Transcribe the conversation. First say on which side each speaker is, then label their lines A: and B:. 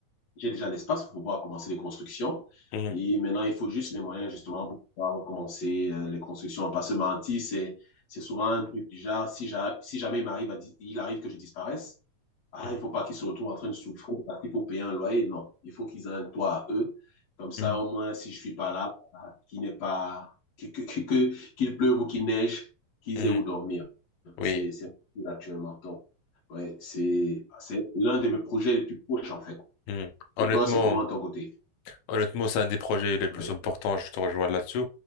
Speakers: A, on the left; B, on the left.
A: j'ai déjà l'espace pour pouvoir commencer les constructions.
B: mhm,
A: Et maintenant, il faut juste les moyens justement pour pouvoir commencer euh, les constructions. Parce que pas mentir, c'est, c'est souvent un truc du genre, si, j'a- si jamais il m'arrive à dis- il arrive que je disparaisse, ah,
B: mhm,
A: il faut pas qu'ils se retrouvent en train de souffrir parce qu'il faut payer un loyer. Non, il faut qu'ils aient un toit à eux. Comme ça,
B: mhm,
A: au moins, si je suis pas là, ah, qu'il n'est pas, que, que, que- que- qu'il pleuve ou qu'il neige, qu'ils
B: mhm.
A: aient où dormir.
B: Oui.
A: C'est, c'est actuellement. Donc, ouais, c'est, c'est l'un de mes projets les plus proches, en fait.
B: Mhm. Honnêtement,
A: Et toi, c'est comment de ton côté?
B: Honnêtement, c'est un des projets les plus
A: Ouais.
B: importants, je te rejoins là-dessus.